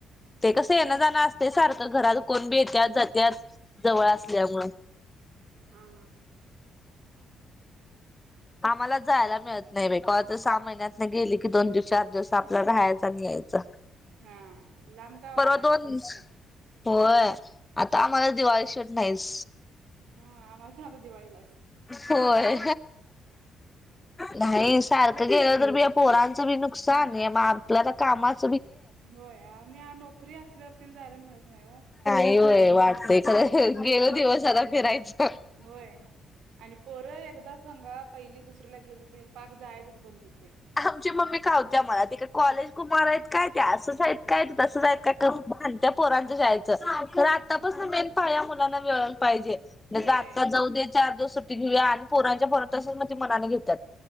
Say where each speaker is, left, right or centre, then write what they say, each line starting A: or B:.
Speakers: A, on the left; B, on the right.
A: ते कसं येणं
B: घ
A: जाणं असते सारखं घरात कोण बी येत्या जात्याात जवळ असल्यामुळे
B: ह, ह
A: आम्हाला जायला मिळत नाही बाई कवा सहा महिन्यात नाही गेली कि दोन दिवस चार दिवस आपल्याला राहायचा आणि यायच
B: हा लांब गाव असल्यावर
A: दोन
B: तसच
A: होय आता आम्हाला दिवाळी शेवट नाहीस
B: हम आम्हा आता दिवाळीलाच
A: होय नाही सारखं गेलं तर बी या पोरांचं बी नुकसान आहे मग आपल्या तर कामाच
B: होय आणि नोक फ्री असल्यावर जायला मिळत नाही हो
A: व्हय वाटतं
B: हम्म
A: गेलो दिवस आता फिरायचं
B: होय आणि पोरं एकदा सांगा पहिली दुसरीला गेली की पाक जायच बंद होत
A: आमची मम्मी कावतीया आम्हाला तिकडं कॉलेज कुमार आहेत काय ते? असंच आहेत काय? ते तसंच आहेत करुन भाडंतीया पोरांचं शाळेच. खरं आतापासून
B: हम्म
A: मेन पाया मुलांना प पाहिजे म्हटलं
B: होय
A: आत्ता जाऊ दे, चार दिवस सुट्टी घेऊया, आणि पोरां <unintelligible> तसचं म्हणतोय मनानं घेत्यात.